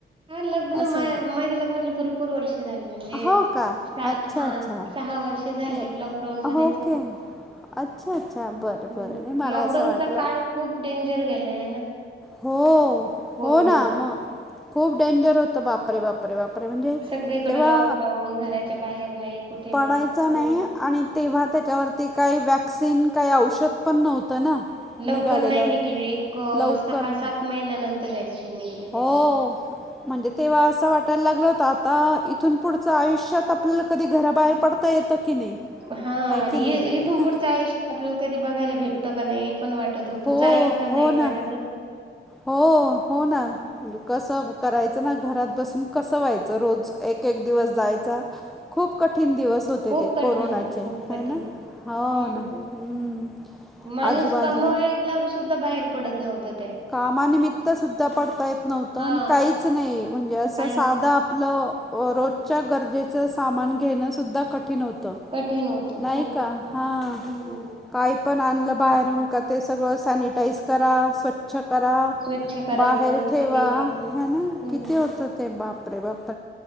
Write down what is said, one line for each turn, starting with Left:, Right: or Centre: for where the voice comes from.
Right: हा लग्न
Centre: असं
Right: <unintelligible> माझ्या लग्नाला भरपूर वर्ष झाली. म्हणजे
Centre: हो का?
Right: स
Centre: अच्छा,
Right: हा
Centre: अच्छा.
Right: सहा वर्ष झाले
Centre: नाही
Right: लॉकडाऊन मध्ये
Centre: ओके.
Right: झाले.
Centre: अच्छा अच्छा! बरं
Right: हम्म
Centre: बरं नाही मला
Right: लॉकडाऊनचा
Centre: असं वाटलं
Right: काळ खूप डेंजर गेलाय हाय ना.
Centre: हो,
Right: कोरोनाचा
Centre: हो ना मग खूप डेंजर होतं बापरे बापरे बापरे! खरं म्हणजे,
Right: सगळीकडे
Centre: तेव्हा
Right: लॉकडाऊन घराच्या बाहेर नाही कुठे नाही
Centre: पाडायचा
Right: खूप
Centre: नाही आणि तेव्हा त्याच्यावरती काही वॅक्सिन काही औषध पण नव्हतं ना.
Right: लवकर
Centre: निघालेलं
Right: नाही निघले, एक
Centre: लवकर
Right: सहा
Centre: ना
Right: सात महिन्यानंतर व्हॅक्सिन निघले त्याच्यावर.
Centre: हो म्हणजे तेव्हा असं वाटायला लागलं होतं आता, इथून पुढचं आयुष्यात आपल्याला कधी घराबाहेर पडता येतं की नाही.
Right: हा
Centre: है
Right: आणि
Centre: की नाही
Right: इथून पुढचं आयुष्य आपलं कधी बघायला भेटतं का नाही हे पण वाटत
Centre: हो
Right: जाईल का नाही
Centre: हो ना
Right: वाटतच
Centre: हो, हो ना. कसं करायचं ना, घरात बसून कसं व्हायचं रोज. एक एक दिवस जायचा. खूप कठीण दिवस होते
Right: खूप
Centre: ते
Right: कठीण
Centre: कोरोनाचे.
Right: होता खूप कठीण
Centre: हयना. हो
Right: हम्म
Centre: ना. हम्म.
Right: माणूस
Centre: आजूबाजूला
Right: कमवायला सुद्धा बाहेर पडत नव्हता.
Centre: कामा निमित्त सुद्धा पडता येत
Right: हा
Centre: काहीच नाही. म्हणजे असं
Right: काहीच
Centre: साधं
Right: नाही
Centre: आपलं रोजच्या गरजेचं सामान घेणंसुद्धा कठीण होतं.
Right: कठीण होतं
Centre: नाही
Right: खूप
Centre: का? हा.
Right: हम्म
Centre: काही पण आणलं बाहेरून का, ते सगळं सॅनिटाईज करा. स्व्छ स्वच्छ करा.
Right: स्वच्छ करायचं
Centre: बाहेर ठेवा.
Right: सॅनिटाईज
Centre: हयना.
Right: हम्म
Centre: किती होतं ते बापरे बाप.